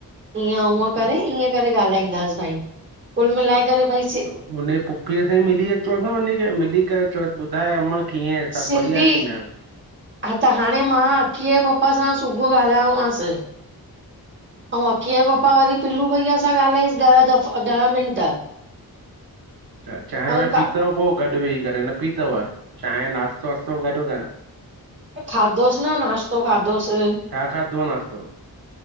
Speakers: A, on the right; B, on the right.
A: ईअं उअं
B: त
A: करे ईअं करे ॻाल्हाईंदासि भई कुल मिलाए करे भई सिंधी
B: हुनजी पुफ़ीअ सां ई मिली अचोस न वञी करे मिली करे चओस ॿुधाए अम्मा कीअं आहे, सभु
A: सिंधी
B: बढ़िया की न
A: हा त हाणे मां अकीअ जे पापा सां सुबुह ॻाल्हायोमासि। ऐं अकीअ जे पपा वरी पिलू भईया सां ॻाल्हायईंसि ॾह दफ़ा ॾह मिंट।
B: चाए
A: ऐं
B: वाए
A: का
B: पीतुव पोइ गॾु वेही करे न पीतुव चाए नाश्तो वाास्तो गॾु कर।
A: खाधोसे न नाश्तो खाधोसे
B: छा खादुव नाश्तो।